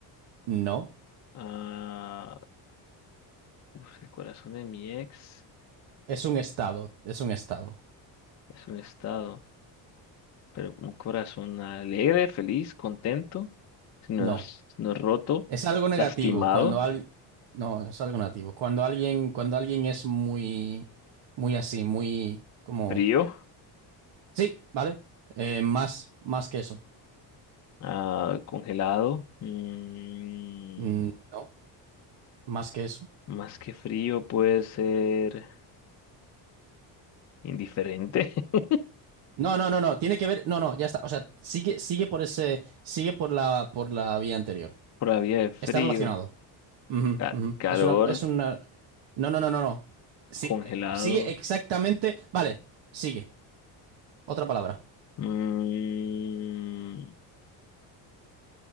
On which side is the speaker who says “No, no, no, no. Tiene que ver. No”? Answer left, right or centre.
Right